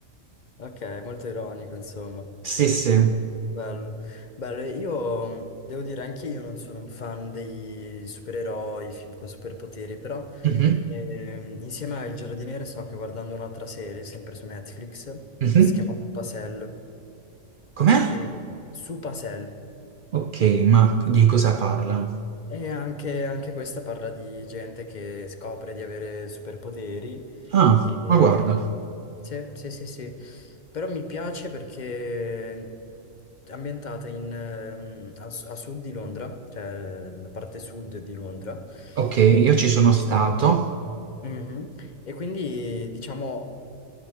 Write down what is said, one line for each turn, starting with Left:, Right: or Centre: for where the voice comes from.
Left: ok, molto ironico, insomma.
Right: Sì, sì.
Left: Bello, bello. Io mh, devo dire, anche io non sono un fan dei supereroi, film con superpoteri, però
Right: Mhm,
Left: ehm, insieme a Il Giardiniere sto anche guardando un'altra serie, sempre su Netflix,
Right: mhm.
Left: che si chiama Pasel.
Right: Com'è?
Left: E, Su Pasel.
Right: Ok, ma di cosa parla?
Left: E anche, anche questa parla di gente che scopre di avere superpoteri.
Right: Ah,
Left: E...
Right: ma guarda.
Left: Sì, sì, sì, sì. Però mi piace perché è ambientata in, ehm, a, s- a sud di Londra, cioè la parte sud di Londra.
Right: Ok, io ci sono
Left: E,
Right: stato.
Left: Mhm. E quindi diciamo